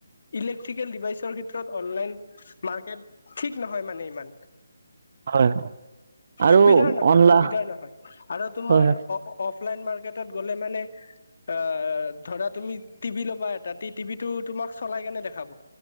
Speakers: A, on the left; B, on the right.
A: ইলেক্ট্ৰিকেল ডিভাইচৰ ক্ষেত্ৰত অনলাইন মাৰ্কেট ঠিক নহয় মানে ইমান
B: হয়। আৰু
A: সুবিধাৰ নহয় হয়
B: অনলা
A: সুবিধা নহয় আৰু তোমাৰ
B: হয় হয়
A: অফ অফলাইন মাৰ্কেটত গ'লে মানে। অ ধৰা তুমি টিভি ল'বা এটা টিভিটো তোমাক চলাই কেনে দেখাব